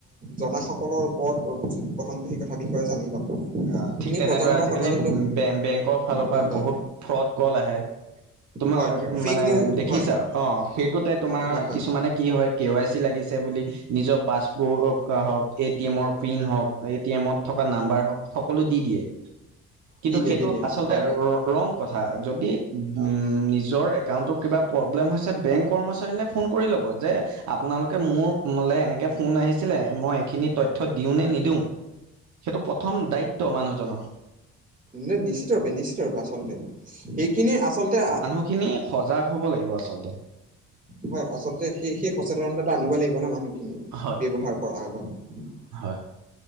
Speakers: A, on the right; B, on the right.
A: জনাসকলৰ ওপৰত প্ৰথমতে, সেই কথা বিষয়ে জানি লওঁ।
B: অ'!
A: তুমি
B: ঠিক তেনেদৰে,
A: প্ৰজন্মৰ
B: আজিকালি
A: কথা যোনটো
B: বেংকৰ ফালৰ
A: হয়
B: পৰা,
A: হয়
B: বহুত ফ্ৰড ক'ল আহে। তোমাৰ
A: হয় ফেক
B: মানে,
A: নিউজ
B: দেখিছা?
A: হয়
B: অ'! সেইটোতে তোমাৰ,
A: হয় হয়
B: কিছুমানে কি হয়! কে ৱাই চি লাগিছে বুলি, নিজৰ পাছবুক হওঁক, এ টি এমৰ পিন হওঁক, এটি এমত থকা নাম্বাৰ হওঁক, সকলো দি দিয়ে। কিন্তু,
A: দি দিয়ে
B: সেইটো
A: দি দিয়ে
B: আচলতে
A: হয় হয়
B: ৰঙ কথা। যদি, উম! নিজৰ একাউণ্টত কিবা প্ৰব্লেম হৈছে, বেংক কৰ্মচাৰীলে ফোন কৰি ল'ব? যে, আপোনালোকে মোৰ, মোলে এনেকে, ফোন আহিছিলে। মই এইখিনি তথ্য তথ্য দিওঁ নে নিদিওঁ! সেইটো প্ৰথম দায়িত্ব মানুহজনৰ।
A: ন নিশ্চিত ৰপে নিশ্চিত ৰূপে আচলতে সেইখিনিয় আচলতে
B: সেইখিনি সজাগ হ'ব লাগিব আচলতে।
A: হয়, আচলতে সেই সেই সচেতনতাটো আনিব লাগিব ন' মানুহখিনি,
B: হয়।
A: ব্যৱহাৰ কৰাৰ আগত।
B: হয়।